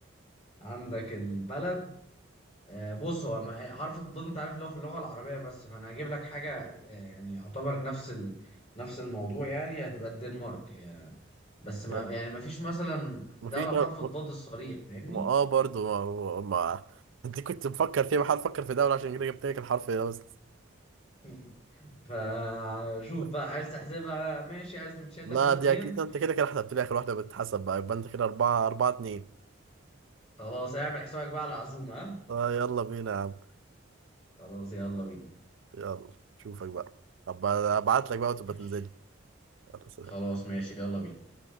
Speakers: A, on the left; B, on the right.
A: عندك البلد آه، بص هو ما- حرف الضاد انت عارف اللي هو في اللغة العربية بس فانا هجيب لك حاجة آه، يعني يعتبر نفس ال... نفس الموضوع يعني هتبقى الدنمارك يعني بس ما
B: يا-
A: يعني ما فيش مثلا
B: مفيش
A: دولة
B: دولة
A: بحرف الضاد
B: م-
A: الصريح فاهمني
B: م- اه برضو ما... ما... انت كنت مفكر فيها بحاول افكر في دولة عشان كده جبت لك الحرف ده بس
A: <laughs> فشوف
B: لا
A: بقى عايز تحسبها ماشي عايز تمشيها 3
B: لا،
A: 2
B: دي اكيد انت كده كده حسبت لي اخر واحده بتتحسب بقى يبقى انت كده اربعة اربعة اتنين
A: خلاص اعمل حسابك بقى على العزومة ها؟
B: اه يلا بينا يا عم
A: خلاص يلا بينا
B: يلا شوفك بقى هبقى ابعت لك بقى وتبقى
A: ماشي
B: تنزلي يلا سلام
A: خلاص ماشي يلا بينا